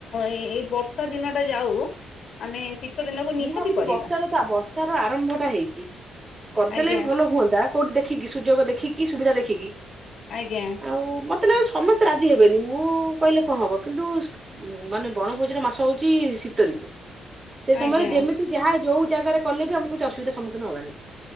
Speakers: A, on the left; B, on the right.
A: ଏଇ ବର୍ଷା ଦିନଟା ଯାଉ ଆମେ ଶୀତ ଦିନକୁ
B: ମୁଁ
A: ନିହାତି
B: ଭାବୁଛି
A: କରିବା
B: ବର୍ଷାର ତ ବର୍ଷାର ଆରମ୍ଭ ଟା ହେଇଚି। କରିଦେଲେ
A: ଆଜ୍ଞା
B: ବି ଭଲ ହୁଅନ୍ତା କୋଉଠି ଦେଖିକି ସୁଯୋଗ ଦେଖିକି ସୁବିଧା ଦେଖିକି।
A: ଆଜ୍ଞା।
B: ଆଉ ମତେ ସମସ୍ତେ ରାଜି ହେବେନି, ମୁଁ କହିଲେ କଣ ହବ କିନ୍ତୁ ମାନେ ବଣଭୋଜିର ମାସ ହଉଚି ଶୀତଋତୁ। ସେ ସମୟରେ
A: ଆଜ୍ଞା।
B: ଯେମିତି ଯାହା ଯୋଉ ଜାଗାରେ କଲେ ବି ଆମକୁ କିଛି ଅସୁବିଧାର ସମ୍ମୁଖୀନ ହବାନି।